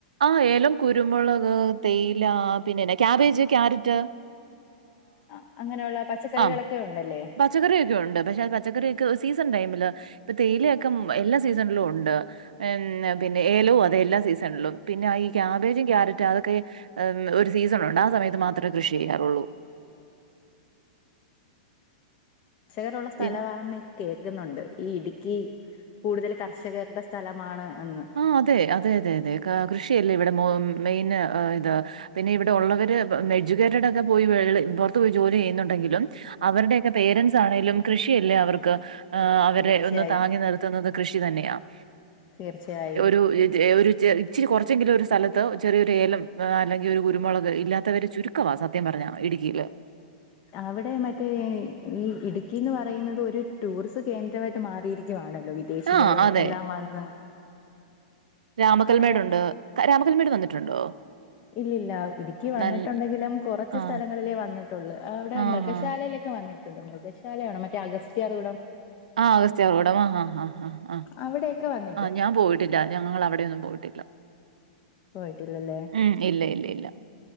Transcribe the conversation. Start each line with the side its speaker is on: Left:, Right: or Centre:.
Right: ആഹ് ഏലം, കുരുമുളക്, തേയില പിന്നെന്ന ക്യാബേജ്, ക്യാരറ്റ്.
Left: ആഹ് അങ്ങനെയുള്ള പച്ചക്കറികളൊക്കെ
Right: ആഹ്
Left: ഉണ്ടല്ലേ.
Right: പച്ചക്കറിയൊക്കെ ഉണ്ട് പക്ഷെ അത് പച്ചക്കറിയൊക്കെ സീസൺ ടൈമില്. ഇപ്പൊ തേയിലൊക്കെ എല്ലാ സീസണിലും ഉണ്ട്. പിന്നെ ഏലവും അതെ എല്ലാ സീസണിലും പിന്നെ ഈ ക്യാബേജും ക്യാരറ്റ് അതൊക്കെ. ഉംഹ്. ഒരു സീസൺ ഉണ്ട് ആ സമയത്ത് മാത്രേ കൃഷി ചെയ്യാറുള്ളൂ.
Left: കർഷകരുള്ള സ്ഥലമാെന്ന്
Right: പിൻ
Left: കേൾക്കുന്നുണ്ട്. ഈ ഇടുക്കി കൂടുതൽ കർഷകരുടെ. സ്ഥലമാണ് എന്ന്.
Right: ആഹ് അതെ അതെ അതെ അതെ കൃഷിയല്ലേ ഇവിടെ മ. മെയിൻ ഇത് പിന്നെ ഇവിടെ ഒള്ളവര്. എഡ്യൂക്കേറ്റഡ് ഒക്കെ പോയി പുറത്ത് പോയി ജോലി ചെയ്യുന്നുണ്ടെങ്കിലും. അവരുടെയൊക്കെ പേരൻറ്സ് ആണേലും കൃഷിയല്ലേ അവർക്ക് ആഹ് അവരെ
Left: തീർച്ചയായും
Right: ഒന്ന് താങ്ങി നിർത്തുന്നത് കൃഷി തന്നെയാണ്
Left: തീർച്ചയായും
Right: രു രി ച്ചെഒരു ഇച്ചിഇച്ചിരി കുറച്ചെങ്കിലും ഒരു സ്ഥലത്ത് ചെറിയൊരു ഏലം അല്ലെങ്കിൽ ഒരു കുരുമുളക് ഇല്ലാത്തവര് ചുരു ക്കവാ സത്യം പറഞ്ഞാ ഇടുക്കിയില്.
Left: അവിടെ മറ്റേ ഈ ഇടുക്കിന്ന് പറയുന്നത് ഒരു ടൂറിസ് കേന്ദ്രമായിട്ട് മാറിയിരിക്കുവാണല്ലോ. വി ദേശികളും
Right: ആ, അതെ.
Left: എല്ലാം വന്ന്
Right: രാമകൽമേടുണ്ട്.
Left: അവിടെ
Right: ക രാമകൽമേട് വന്നിട്ടുണ്ടോ?
Left: ഇല്ലില്ല ഇടുക്കി വന്നിട്ടുണ്ടെങ്കിലും
Right: നൽ
Left: കുറച്ച്
Right: ആ,
Left: സ്ഥല ങ്ങളിലേ വന്നിട്ടുള്ളു അവിടെ
Right: ആ,
Left: മൃഗശാലയിലൊക്കെ
Right: ആ.
Left: വന്നിട്ടുണ്ട് മൃഗശാലയാണോ മറ്റേ അഗസ്റ്റയാർ കൂടം
Right: ആഹ് അസ്ത്യാർ കുടം ആഹ് ഹഹ ഹ ഹ
Left: അവിടെയൊക്കെ വന്ന്
Right: ആഹ് ഞാൻ പോയിട്ടില്ല ഞങ്ങള് അവിടൊയൊന്നും പോയിട്ടില്ല.
Left: പോയിട്ടില്ലല്ലേ
Right: ഉം. ഇല്ല ഇല്ല ഇല്ല